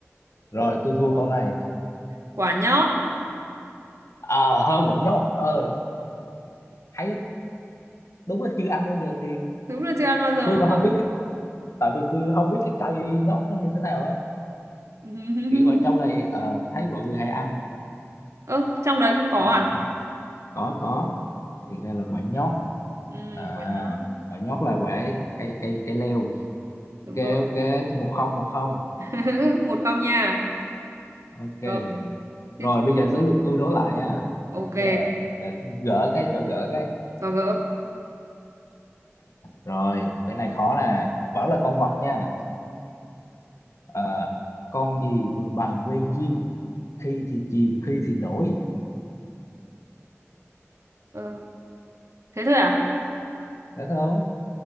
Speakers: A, on the left; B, on the right.
A: rồi tôi thua câu này
B: quả nhót
A: ờ hơi quả nhót ờ thấy đúng là chưa ăn bao giờ thì
B: đúng là chưa ăn bao giờ
A: tôi
B: đúng
A: còn
B: không
A: không biết cái tại vì tôi không biết cái cây nhót nó như thế nào á
B: <laughs>
A: kiểu ở trong này ờ, thấy mọi người hay ăn
B: ơ trong đấy cũng có
A: à
B: à
A: thì có có thì ra là quả nhót
B: ừ,
A: à
B: quả nhót
A: quả nhót là quả cây cây cây leo
B: đúng
A: ok
B: rồi
A: ok một không một không
B: <laughs> một không nha
A: ok
B: rồi tiếp
A: Rồi
B: theo
A: bây giờ tới lượt tôi đố lại nha.
B: ok
A: Nãy giờ để gỡ cái cho gỡ cái.
B: Có gỡ.
A: Rồi, cái này khó nè, vẫn là con vật nha. Ờ, con gì vừa bằng que diêm, khi thì chìm, khi thì nổi.
B: Ờ, thế thôi à?
A: Đã thấy không?